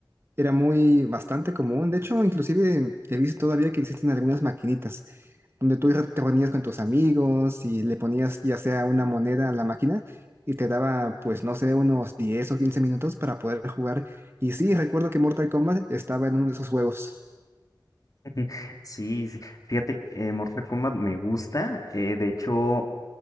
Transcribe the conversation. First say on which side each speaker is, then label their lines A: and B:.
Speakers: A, on the right; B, on the left.
A: era muy bastante común. De hecho, inclusive he visto todavía que existen algunas maquinitas. donde tú te reunías con tus amigos y le ponías ya sea una moneda a la máquina y te daba, pues no sé, unos 10 o 15 minutos para poder jugar. Y sí, recuerdo que Mortal Kombat estaba en uno de esos juegos.
B: <laughs> Sí, sí. Fíjate, eh, Mortal Kombat me gusta. eh, de hecho,